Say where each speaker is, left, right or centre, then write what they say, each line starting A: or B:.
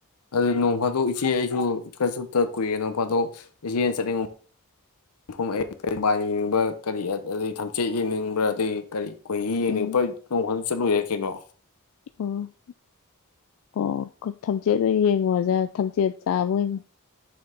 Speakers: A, on the left; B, on the left.
A: ꯑꯗꯨꯗꯤ ꯅꯣꯡ ꯐꯥꯗꯣꯛ ꯏꯆꯦ ꯑꯩꯁꯨ ꯈꯔ ꯁꯨꯞꯇ ꯀꯨꯏꯔꯦ ꯅꯣꯡ ꯐꯥꯗꯣꯛ ꯏꯆꯦꯅ ꯆꯠꯅꯤꯡꯉ ꯃꯐꯝ <unintelligible> ꯌꯦꯡꯅꯤꯡꯕ ꯀꯔꯤ ꯑꯗꯒꯤ ꯊꯝꯆꯦꯠ ꯌꯦꯡꯅꯤꯡꯕ꯭ꯔꯥ ꯑꯗꯩ ꯀꯔꯤ ꯈꯣꯏꯍꯤ ꯌꯦꯡꯉꯤ
B: ꯎꯝ
A: ꯅꯣꯡ ꯐꯥꯗꯣꯛ ꯆꯠꯂꯨ ꯌꯥꯢ ꯀꯩꯅꯣ꯫
B: ꯎꯝ ꯑꯣ ꯈ ꯊꯝꯆꯦꯠ ꯑꯣꯢꯟ ꯌꯦꯡꯉꯨꯔꯁꯦꯠ ꯍꯥꯢ ꯀꯩꯅꯣ ꯊꯝꯆꯦꯠ ꯆꯥꯕ ꯑꯣꯏꯅ